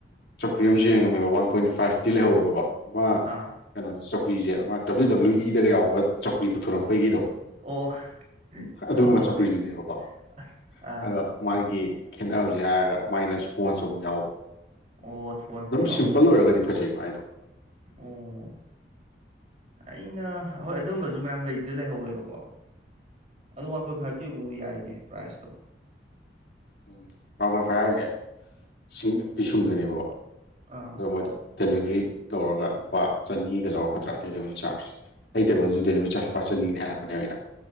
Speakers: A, on the left (about 65°); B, on the right (about 40°).
A: ꯆꯧꯀ꯭ꯔꯤ ꯑꯃꯁꯨ ꯌꯦꯡꯉꯝꯃꯦꯕ ꯋꯥꯟ ꯄꯣꯏꯟ ꯐꯥꯏꯚꯇꯤ ꯂꯩꯍꯧꯋꯦꯕꯀꯣ ꯑꯃ
B: ꯑꯥ
A: ꯆꯧꯀ꯭ꯔꯤꯁꯦ ꯑꯃ ꯗꯕ꯭ꯂꯤꯎ ꯗꯕ꯭ꯂꯤꯎ ꯏꯗ ꯌꯥꯎꯕ ꯆꯧꯀ꯭ꯔꯤ ꯄꯨꯊꯣꯔꯛꯄꯒꯤꯗꯣ
B: ꯑꯣ ꯍꯣꯏ
A: ꯑꯗꯨꯒꯨꯝꯕ
B: ꯍꯣꯏ
A: ꯆꯧꯀ꯭ꯔꯤꯗꯨꯅꯦꯕꯀꯣ
B: ꯑꯁ ꯑꯥ
A: ꯑꯗꯣ ꯃꯥꯒꯤ ꯈꯦꯠꯅꯕꯁꯦ ꯍꯥꯏꯔꯒ ꯃꯥꯏꯅ ꯏꯁꯄꯣꯟꯁ ꯑꯃꯨꯛ ꯌꯥꯎꯕ
B: ꯑꯣ ꯏꯁꯄꯣꯟꯁꯁꯨ
A: ꯑꯗꯨꯝ
B: ꯌꯥꯎꯕ
A: ꯁꯤꯝꯄꯜ ꯑꯣꯏꯔꯒꯗꯤ ꯐꯖꯩ ꯃꯥꯏꯗꯣ
B: ꯑꯣ ꯑꯩꯅ ꯍꯣꯏ ꯑꯗꯨꯝꯕꯁꯨ ꯃꯌꯥꯝ ꯂꯩꯕꯗꯤ ꯂꯩꯍꯧꯋꯦꯕꯀꯣ ꯑꯗꯨ ꯋꯥꯟ ꯄꯣꯏꯟ ꯐꯥꯏꯚꯇꯤ ꯑꯃꯨ ꯌꯥꯏꯅꯦ ꯄ꯭ꯔꯥꯏꯖꯇꯣ
A: ꯎꯝ ꯄꯥꯕꯣꯏ ꯐꯥꯏ ꯍꯥꯏꯁꯦ ꯁꯤꯡ ꯄꯤꯁꯨꯝꯗꯅꯦꯕꯀꯣ
B: ꯑꯥ
A: ꯑꯗꯣ ꯃꯣꯏꯗꯣ ꯗꯦꯂꯤꯚꯔꯤ ꯇꯧꯔꯒ ꯂꯨꯄꯥ ꯆꯅꯤꯒ ꯂꯧꯔꯛꯀꯗ꯭ꯔꯥ ꯗꯦꯂꯤꯚꯔꯤ ꯆꯥꯔꯖ ꯑꯩ ꯇꯦꯕꯜꯁꯨ ꯗꯦꯂꯤꯚꯔꯤ ꯆꯥꯔꯖ ꯄꯥꯛ ꯆꯅꯤ ꯍꯥꯏꯔꯛꯄꯅꯦꯕ ꯑꯩꯅ